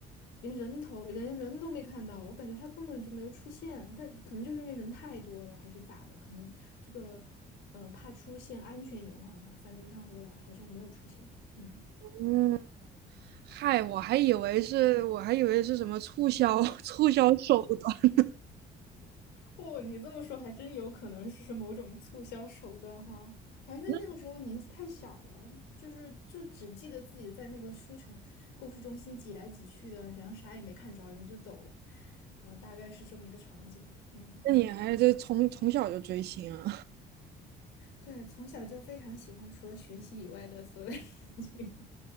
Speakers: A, on the left (about 80°); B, on the right (about 75°).
A: 连人头连人都没看到，我感觉他根本就没有出现，但可能就是因为人太多了还是咋的，可能这个嗯、呃怕出现安全隐患嘛，反正他后来好像没有出现，嗯。
B: 嗯，嗨，我还以为是我还以为是什么促销 <laughs> 促销手段，
A: 哦，你这么说还真有可能是某种促销手段哈。反正因为那个时候年纪太小了，
B: <laughs> 那
A: 就是就只记得自己在那个书城故事中心挤来挤去的，然后啥也没看着，人就走了，然后大概是这么一个场景。嗯，
B: 那你还是从从小就追星啊？
A: 对，从小就非常喜欢除了学习以外的所有事情。